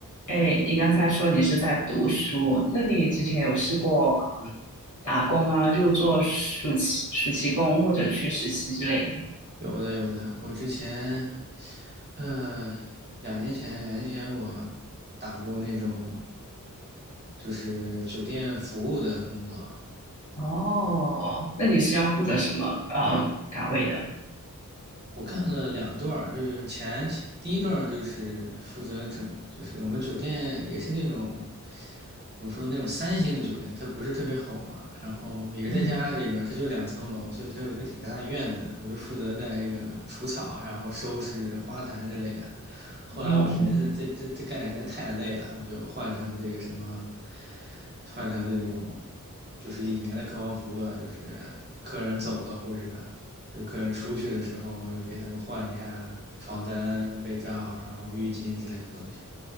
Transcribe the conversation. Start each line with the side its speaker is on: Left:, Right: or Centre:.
Left: 哎，你刚才说你是在读书，那你之前有试过嗯打工啊，就做暑期暑期工或者去实习之类的吗？
Right: 有的有的，我之前呃两年前两年前我打过那种就是酒店服务的工作，
Left: 哦，那你是要负责什么呃岗位的？
Right: 我看了两段就是前第一段就是负责整，就是我们酒店也是那种怎么说那种三星的酒店，它不是特别豪华，然后也是在加拿大这边，
Left: 嗯，
Right: 它就两层楼，所以它有一个挺大的院子，我就负责在这个除草，然后收拾花坛之类的。后来我寻思这这这干的实在太累了，
Left: 哦
Right: 我就换成这个什么，换成这种就是里面的客房服务了，就是客人走了或者就是客人出去的时候，就给他们换一下床单、被罩，然后浴巾之类的东西。